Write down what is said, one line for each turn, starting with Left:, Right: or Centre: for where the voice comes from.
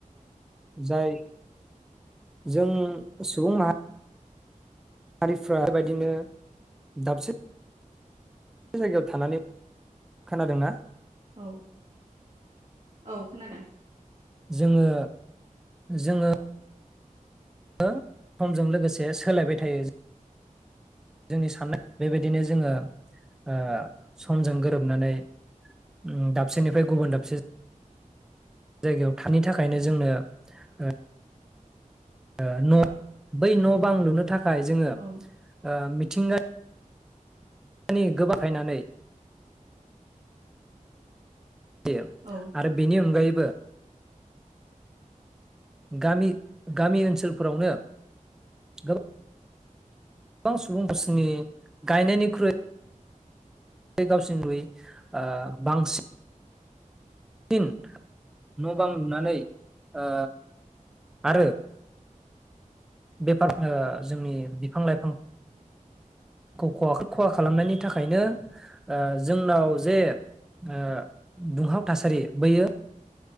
Centre: जाय जों सुबुं माहा हारिफ्रा बेबायदिनो दाबसे बे जायगायाव थानानै खोनादोंना?
Right: औ औ खोनादों
Centre: जोङो जोङो <unintelligible> समजों लोगोसे सोलायबाय थायो। जोंनि साननाया बेबायदिनो जोङो ओ समजों गोरोबनानै ओम दाबसेनिफ्राय गुबुन दाबसे जायगायाव थानि थाखायनो जोंनो ओ ओ न बै न बां‌ लुनो था खाय जोङो ओ
Right: औ
Centre: मिथ <unintelligible> नि गोबाखायनानै देम
Right: औ
Centre: आरो बेनि अनगायैबो बो गामि गामि ओनसोलफोरावनो गोबा गोबां सुबुं <unintelligible> गायनायनिख्रुइ बे गावसोर नुयै ओ बांसिन इन न' बां लुनानै ओ आरो बेफार ओ जोंनि बिफां लाइफां <inaudible> खौ खहा खहा खालामनायनि थाखायनो ओ जोंनाव जे ओ दुंहाव थासारि बैयो